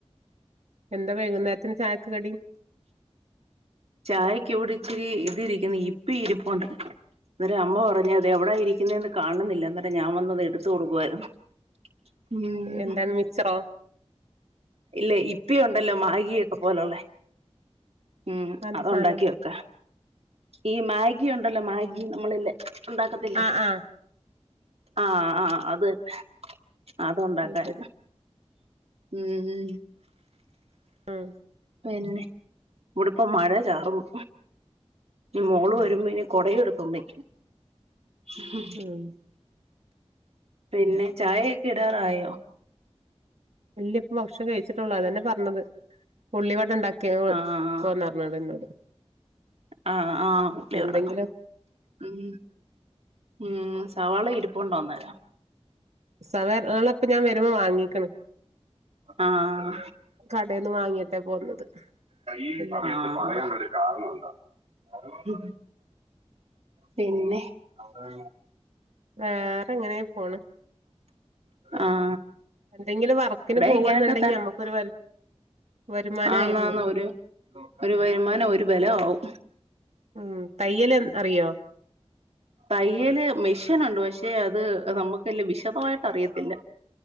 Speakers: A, on the right; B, on the right.
A: എന്താ വൈകുന്നേരത്തിന് ചായക്ക് കടി?
B: ചായക്ക് ഇവിടെ ഇച്ചിരി ഇതി ഇരിക്കുന്നു ഇപ്പി ഇരിപ്പുണ്ട്. അന്നേരം അമ്മ പറഞ്ഞ് അത് എവിടാ ഇരിക്കുന്നേന്ന് കാണുന്നില്ല എന്നട്ട് ഞാൻ വന്നത് എടുത്തു കൊടുക്കുവായിരുന്നു. ഉം
A: എന്താണ് മിച്ചറോ
B: ഇല്ലേ ഇപ്പിയുണ്ടല്ലോ മാഗിയൊക്കെ പോലുള്ളെ ഉം.
A: അതെന്താ
B: അത്
A: സാധനം
B: ഉണ്ടാക്കി വെക്കാ. ഈ മാഗി ഉണ്ടല്ലോ മാഗി നമ്മള് ല്ലെ ഉണ്ടാക്കത്തില്ലേ
A: ആഹ് ആഹ്
B: ആഹ് ആഹ് അത് തന്നെ. അതുണ്ടാക്കാൻ.
A: അത് ശരി
B: ഉം
A: ഉം.
B: പിന്നെ ഇവിടിപ്പം മഴ ചാർന്നു. ഞ് മോള്
A: ഉം
B: വരുമ്പ ഇനി കൊട എടുത്തൊന്നെ. ഹും
A: ഉം
B: പിന്നെ ചായ ഒക്കെ ഇടാറായോ
A: ഇല്ല്യ ഇപ്പ ഭക്ഷണം കഴിച്ചിട്ടുള്ളൂ അതന്നെ പറഞ്ഞത്. ഉള്ളിവട ഉണ്ടാക്കിന്നു ന്ന്
B: ആഹ്
A: കൊ ണടന്നോട്
B: ആഹ് ആഹ് ഉള്ളിവടാ
A: എന്തെങ്കിലും
B: ഉം ഉം സവാള ഇരിപ്പോണ്ട് ഒന്നരാ
A: സവേ ള ഇപ്പൊ ഞാൻ വരുമ്പോ വാങ്ങിക്ണ്
B: ആഹ്
A: കടെന്ന് വാങ്ങിട്ടേ പോന്നത്
B: ഈ
A: പിന്നെ
B: സമയത്ത് പറയാനുള്ളത്. ആഹ് പിന്നെ അവിടെ
A: വേറെ ഇങ്ങനെ പോണ്
B: ആ ഉം
A: എന്തെങ്കിലും വർക്കിന് പോകെന്നുണ്ടെങ്കിൽ
B: ഇങ്ങനൊക്കെ
A: നമ്മുക്കൊരു വരുമാനായിരുന്നു
B: ആന്ന് ആന്ന് ഒരു ഒരു വരുമാനം
A: ഉം
B: ഒരു ബല ആവും
A: ഉം തയ്യൽ അറിയോ
B: തയ്യൽ മെഷീനുണ്ട് പക്ഷെ അത് നമുക്ക് വിശദമായിട്ട് അറിയത്തില്ല